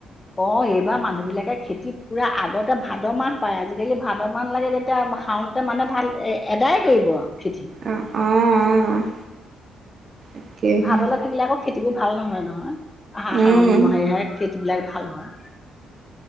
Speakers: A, on the left; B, on the right.
A: অ', এইবাৰ মানুহবিলাকে খেতি পুৰা আগতে ভাদ মাহ পায় আজিকালি ভাদ মাহ লাগে তেতিয়া শাওন মানে ভাল এ এদাই কৰিব আৰু খেতি।
B: অ', অ', অ'। তাকেহে
A: ভাদলৈ থাকিলে আকৌ খেতিবোৰ ভাল নহয় নহয় আহাৰ
B: উম
A: শাওন মহীয়াহে খেতিবিলাক ভাল হয়।